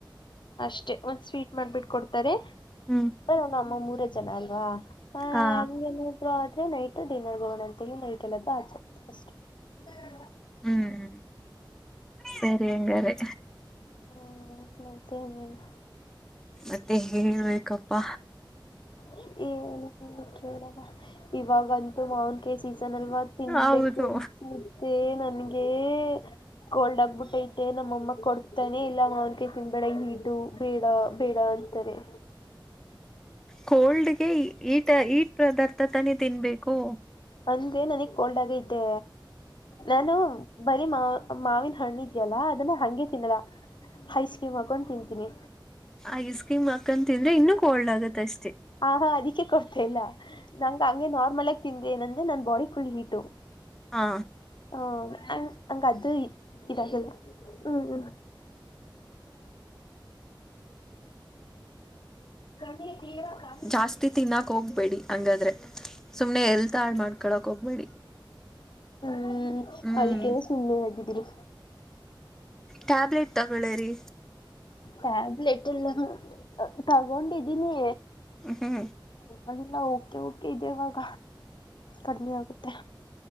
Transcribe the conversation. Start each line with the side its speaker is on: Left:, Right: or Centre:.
Left: ಅಷ್ಟೆ ಮತ್ ಸ್ವೀಟ್ ಮಾಡ್ಬಿಟ್ಟ ಕೊಡ್ತಾರೆ
Centre: ಹ್ಮ್
Left: <inaudible> ಮತ್ತೆ ಜನ ಅಲ್ವಾ ಹ
Centre: ಹಾ
Left: ಹಂಗೆನಿದ್ರು ಅ ನೈಟ್ ಡಿನ್ನರ್ಗೆ ಹೋಗಣ ಅಂತೇಳಿ ನೈಟ್ ಎಲ್ಲದ್ದು ಆಚೆ ಅಷ್ಟೇ <unintelligible>
Centre: ಹ್ಮ್ ಸರಿ ಎಂಗಾರೆ
Left: ಹ್ಮ ಮತ್ತೆ ಇನೇನು
Centre: ಮತ್ತೆ ಹೇಬೇಕಪ್ಪಾ
Left: ಹೇಳಿ ನೀವೇ ಕೇಳ್ದಾ ಇವಾಗಂತೂ ಮಾವನ್ಕಯಿ ಸೀಸನ್ ಅಲ್ವಾ ತಿನ್ಬೇಕು
Centre: ಹೌದು
Left: ಅನ್ಸುತ್ತೆ ನನ್ಗೆ ಕೋಲ್ಡ್ ಆಗ್ಬಿಟ್ಟೈತೆ ನಮ್ಮಮ್ಮ ಕೊಡ್ತ ತನೆ ಇಲ್ಲ ಮಾ ಅತಿ ತಿನ್ಬೇಡ ಹೀಟು ಬೇಡ ಬೇಡ ಅಂತಾರೆ
Centre: ಕೋಲ್ಡ್ಗೆ ಈ ಇಟ್ ಹೀಟ್ ಪದಾರ್ಥ ತಾನೇ ತಿನ್ಬೇಕು
Left: ಅಂದೆ ನನಗ್ ಕೋಲ್ಡ್ ಆಗೈತೆ ನಾನು ಬರೀ ಮಾವ್ ಮಾವಿನ ಹಣ್ಣು ಇದ್ಯಲ್ಲಾ ಅದನ್ನ ಹಂಗೆ ತಿನ್ನಲ್ಲ ಹೈಕ್ರೀಮ್ ಹಾಕೊಂಡು ತಿಂತೀನಿ
Centre: ಐಸ್ ಕ್ರೀಮ್ ಹಾಕಂತಿಂದ್ರೆ ಇನ್ನುೂ ಕೋಲ್ಡ್ ಆಗತ್ ಅಷ್ಟೆ
Left: ಹ ಹಾ ಅದಕ್ಕೆ ಕೊಡ್ತ ಇಲ್ಲ ನಂ ಹಂಗೆ ನಾರ್ಮಲ್ ಆಗಿ ತಿಂದೆ ಏನಂದ್ರೆ ನನ್ ಬಾಡಿ ಫುಲ್ ಹೀಟ
Centre: ಹಾ
Left: ಹಾ <inaudible> ಹಂಗ ಅದು ಇದಾಗೆಲ್ಲ ಹ್ಮ್ ಹ್ಮ್ ಹ್ಮ
Centre: ಜಾಸ್ತಿ ತಿನ್ನಕ್ ಹೋಗ್ಬೇಡಿ ಹಂಗಾದ್ರೆ ಸುಮ್ನೆ ಎಲ್ತಾಳ್ ಮಾಡ್ಕೊಳಕ್ ಹೋಗ್ಬೇಡಿ
Left: ಹ್ಮ್
Centre: ಹ್ಮ್
Left: ಅದಕ್ಕೆ ಸುಮ್ಮನೆ ಆಗಿದ್ದೀನಿ
Centre: ಟ್ಯಾಬ್ಲೆಟ್ ತಗೊಳ್ಳೇರಿ
Left: ಟ್ಯಾಬ್ಲೆಟ್ ಎಲ್ಲ ತಗೊಂಡಿದೀನಿ
Centre: ಹ್ಮ
Left: ಅದೆಲ್ಲ ಓಕೆ ಓಕೆ ಇದೆ ಇವಾಗ ಕಡಿಮಿ ಆಗುತ್ತೆ